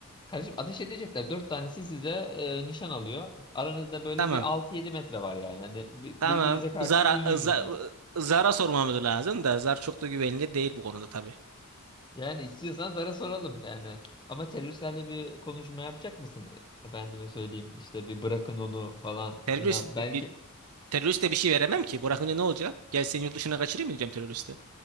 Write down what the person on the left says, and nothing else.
Kardeşim ateş edecekler. Dört tanesi size e, nişan alıyor. Aranızda böyle
bir altı yedi metre var yani. Hani bir-
birbirinize karşı
yüz yüzesiniz.
Yani istiyorsan zara soralım yani. Ama teröristlerle bir konuşma yapacak mısın? Efendime söyleyeyim işte bir bırakın onu falan
filan. Belki